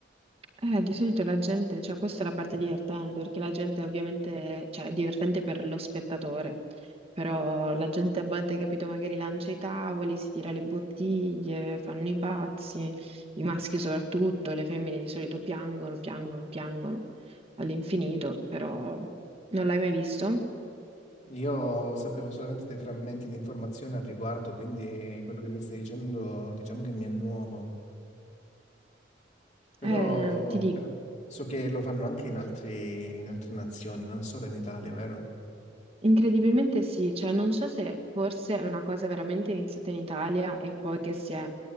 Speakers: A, on the right; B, on the left.
A: Eh, di solito la gente, cioè questa è la parte divertente, perché la gente ovviamente, cioè è divertente per lo spettatore, però la gente a volte, capito, magari lancia i tavoli, si tira le bottiglie, fanno i pazzi, i maschi soprattutto, le femmine di solito piangono, piangono, piangono all'infinito, però non l'hai mai visto?
B: Io sapevo solamente dei frammenti di informazione al riguardo, quindi quello che mi stai dicendo diciamo che mi è nuovo. Però,
A: Eh, ti dico,
B: però so che lo fanno anche in altri- in altre nazioni, non solo in Italia, vero?
A: Incredibilmente sì, cioè non so se forse è una cosa veramente iniziata in Italia e poi che si è